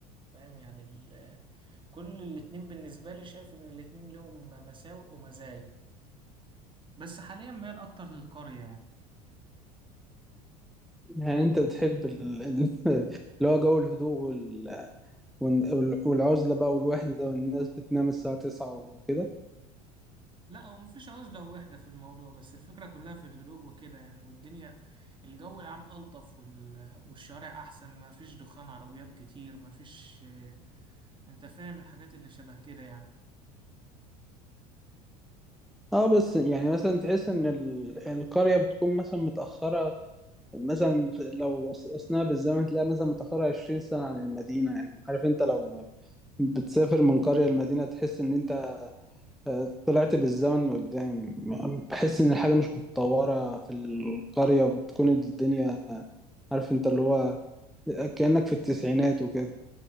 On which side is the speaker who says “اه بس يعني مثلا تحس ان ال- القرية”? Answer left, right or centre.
Centre